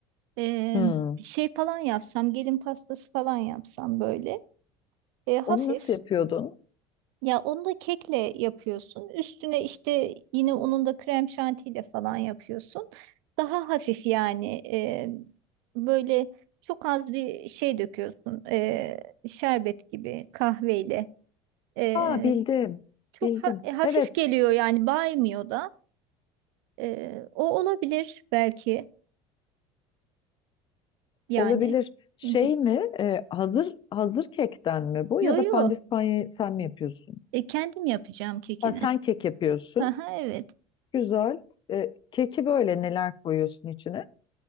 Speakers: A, on the right; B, on the left.
A: em,
B: hmm.
A: şey falan yapsam gelin pastası falan yapsam böyle e, hafif.
B: Onu nasıl yapıyordun?
A: Ya onu da kekle yapıyorsun. Üstüne işte yine onun da krem şantiyle falan yapıyorsun. Daha hafif yani e, böyle çok az bir şey döküyorsun. E, şerbet gibi kahveyle. E,
B: Aa bildim.
A: çok
B: Bildim.
A: ha- e, hafif
B: Evet,
A: geliyor yani baymıyor da. E, o olabilir belki yani.
B: olabilir. Şey
A: Hı hı.
B: mi? eee, hazır hazır kekten mi bu
A: Yo
B: ya
A: yo
B: da pandispanyayı sen mi yapıyorsun?
A: E, kendim yapacağım kekini.
B: Ha, sen kek yapıyorsun.
A: Aha, evet.
B: Güzel. Eee, keki böyle neler koyuyorsun içine?